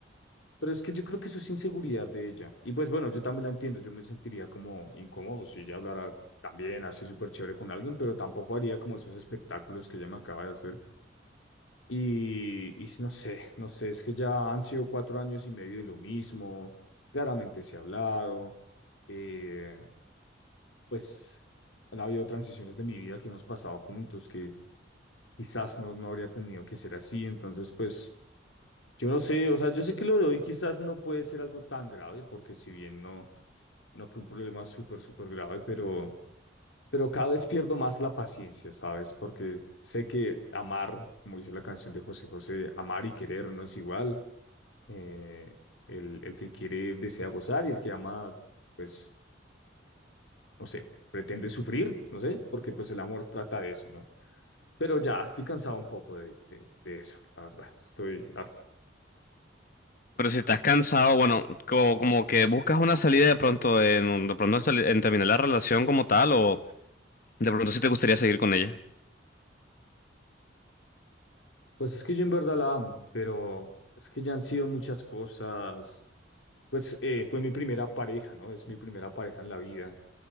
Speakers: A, on the left; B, on the left.
A: Pero es que yo creo que eso es inseguridad de ella. Y pues bueno, yo también la entiendo, yo me sentiría como incómodo si ella hablara también así súper chévere con alguien, pero tampoco haría como esos espectáculos que ella me acaba de hacer. Y, y no sé, no sé, es que ya han sido cuatro años y medio de lo mismo, claramente se ha hablado, eh, pues han habido transiciones de mi vida que hemos pasado juntos que quizás no, no habría tenido que ser así, entonces pues... Yo no sé, o sea, yo sé que lo de hoy quizás no puede ser algo tan grave, porque si bien no, no fue un problema súper, súper grave, pero, pero cada vez pierdo más la paciencia, ¿sabes? Porque sé que amar, como dice la canción de José José, amar y querer no es igual. Eh, el, el que quiere desea gozar y el que ama, pues, no sé, pretende sufrir, no sé, porque pues el amor trata de eso, ¿no? Pero ya estoy cansado un poco de, de, de eso, la verdad, estoy harto.
B: Pero si estás cansado, bueno, como, como que buscas una salida de pronto en, de pronto en, sali- en terminar la relación como tal, o de pronto si te gustaría seguir con ella.
A: Pues es que yo en verdad la amo, pero es que ya han sido muchas cosas. Pues eh, fue mi primera pareja, ¿no? Es mi primera pareja en la vida.